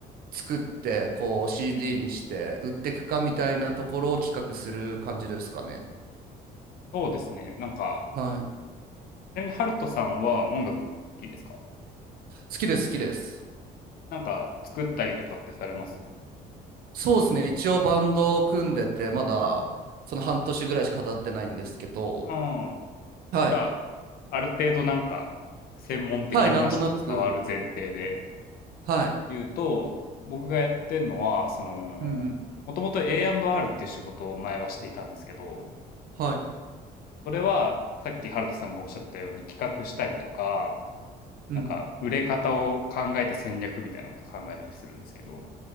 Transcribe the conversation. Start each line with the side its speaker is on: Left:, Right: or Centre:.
Right: 作ってこう CD
Left: うんうん。
Right: にして売っていくかみたいなところを企画する感じですかね。
Left: そうですね。なんか、
Right: はい。
Left: ちなみにハルトさんは音楽好きですか
Right: 好きです好きです。
Left: なんか作ったりとかってされます
Right: そうですね。一応バンドを組んでてまだその半年ぐらいしか経ってないんですけど。
Left: ああ、
Right: はい。
Left: じゃあ、ある程度なんか、専門的に話しても伝わる前提で
Right: はい。なんとなく。はい。
Left: 言うと、僕がやってるのは、その、
Right: うんうん。
Left: もともと A&R っていう仕事を前はしていたんですけど、
Right: はい。
Left: それはさっきハルトさんがおっしゃったように企画したりとか、
Right: うん。
Left: なんか売れ方を考えて戦略みたいなことを考えたりするんですけど、